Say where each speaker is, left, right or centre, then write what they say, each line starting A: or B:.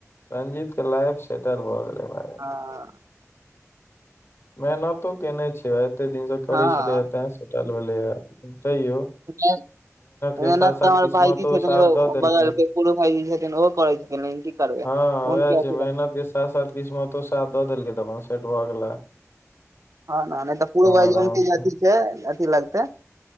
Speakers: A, on the left; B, on the right.
A: रंजीत के लाइफ सेटल भए गेलेै भाय।
B: हँ।
A: मेहनतो कएने छै भाय एते दिनसँ करै
B: हँ
A: छेलै तैं सेटल भेलैए तैयो।
B: <unintelligible> मेहनत
A: के साथ साथ
B: तऽ हमर
A: किस्मतो
B: भाजी छथिन
A: साथ
B: ए
A: दऽ देलकै
B: बगल के पुरो भाजी छथिन ओहो करै छथिन लेकिन की- करबै
A: हँ
B: हुनके
A: उएह
B: अथी
A: छै मेहनत के साथ साथ किस्मतो साथ दऽ देलकै तऽ अपन सेट भऽ गेला।
B: हँ नै तऽ पूर भाय
A: आराम
B: <unintelligible>
A: से
B: अथि के अथि लगतेै।